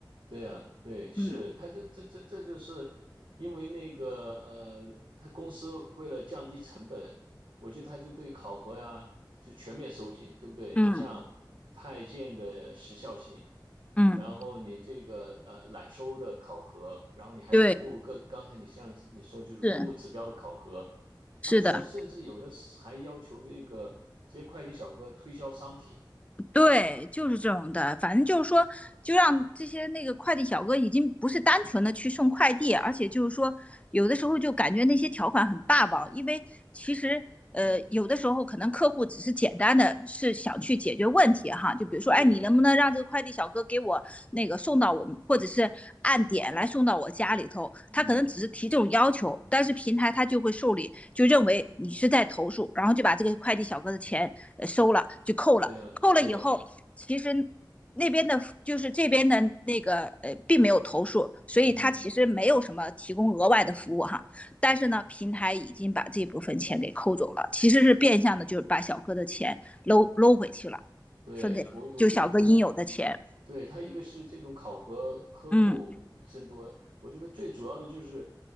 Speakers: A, on the right (about 80°); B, on the left (about 15°).
A: 对啊，对，是，
B: 嗯
A: 他这这这这就是因为那个呃，他公司为了降低成本，我觉得他就对考核呀就全面收紧，对不对？
B: 嗯
A: 你像派件的时效性，
B: 嗯，
A: 然后你这个呃揽收的考核，然后你还有服务各，
B: 对，
A: 刚才你像你说就是服务指标的考核，
B: 是。
A: 他们说甚至有的是还要求这个这些快递小哥推销商品，
B: 是的，对，就是这种的。反正就是说，就让这些那个快递小哥已经不是单纯的去送快递，而且就是说，有的时候就感觉那些条款很霸王，因为其实呃，
A: 嗯，
B: 有的时候可能客户只是简单的是想去解决问题哈，就比如说，
A: 对，
B: 哎，你能不能让这个快递小哥给我那个送到我们，或者是按点来送到我家里头？
A: 嗯，
B: 他可能只是提这种要求，但是平台他就会受理，就认为你是在投诉，然后就把这个快递小哥的钱呃收了，就扣了。
A: 对呀，
B: 扣了以后，
A: 对呀，
B: 其实那边的，就是这边的那个呃，并没有投诉，所以他其实没有什么提供额外的服务哈。
A: 嗯。
B: 但是呢，平台已经把这部分钱给扣走了，其实是变相的，就是把小哥的钱搂搂回去了，
A: 对，
B: 分给就小哥应有的钱。
A: 我我觉得它，对，它一个是这种考核克扣增多，
B: 嗯，
A: 我觉得最主要的就是